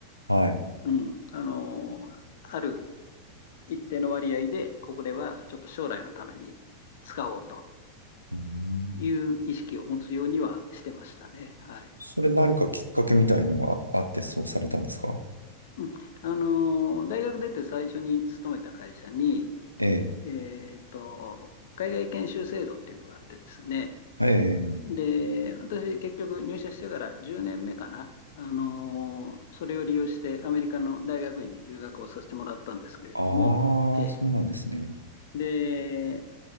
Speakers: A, on the right; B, on the left.
A: あ。はい。
B: うん、あのーある一定の割合で、これはちょっと将来のために使おうと
A: うーん。
B: いう意識を持つようにはしてましたね。はい。
A: それ何かきっかけみたいのがあってそうされたんですか
B: うん、あのー大学出て最初に勤めた会社に、
A: ええ。
B: えっと、海外研修制度っていうのがあってですね。
A: ええ。
B: で、私結局入社してから10年目かな。あのーそれを利用してアメリカの大学院に留学をさせてもらったんですけれども、
A: ああ、
B: えー
A: そうなんですね。
B: で、